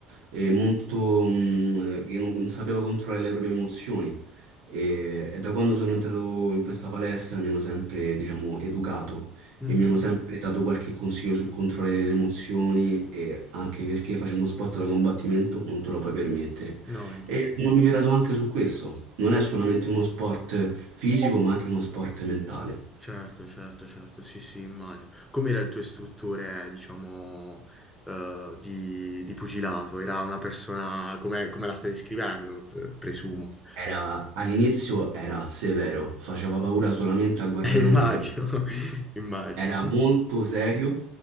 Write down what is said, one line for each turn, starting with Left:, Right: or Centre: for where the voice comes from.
Right: eh, molto, mm, eh, che non non sapeva controllare le proprie emozioni. E, e da quando sono entrato in questa palestra mi hanno sempre, diciamo, educato
Centre: Mhm.
Right: e mi hanno sempre dato qualche consiglio sul controllo delle emozioni e anche perché facendo sport da combattimento non te lo puoi permettere.
Centre: No, infatti.
Right: E sono migliorato anche su questo. Non è solamente uno sport fisico, ma anche uno sport mentale.
Centre: Certo, certo, certo, sì, sì, immagino. Com'era il tuo istruttore, diciamo, eh, di, di pugilato? Era una persona come, come la stai descrivendo, pre- presumo. <laughs>
Right: Era- all'inizio era severo, faceva paura solamente a guardarlo
Centre: Eh, immagino,
Right: negli occhi.
Centre: <laughs> immagino.
Right: Era molto serio,